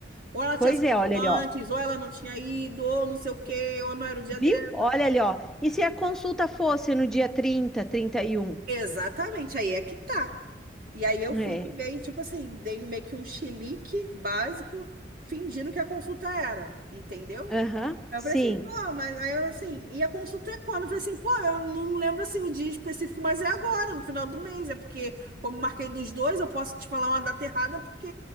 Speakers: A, on the right; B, in the centre.
A: Ou ela
B: Pois
A: tinha saído
B: é, olha
A: antes,
B: ali, ó.
A: ou ela não tinha ido, ou não sei o quê, ou não era o dia
B: Viu?
A: dela.
B: Olha ali, ó. E se a consulta fosse no dia trinta, trinta e um?
A: Exatamente, aí é que tá. E aí eu
B: É.
A: fui ver e, tipo assim, dei meio que um chilique básico, fingindo que a consulta era, entendeu?
B: Aham.
A: Aí
B: Sim.
A: Eu falei assim, pô, mas aí eu assim, e a consulta é quando? Eu falei assim, pô, eu não lembro assim o dia específico, mas é agora, no final do mês. É porque, como eu marquei dos dois, eu posso te falar uma data errada, porque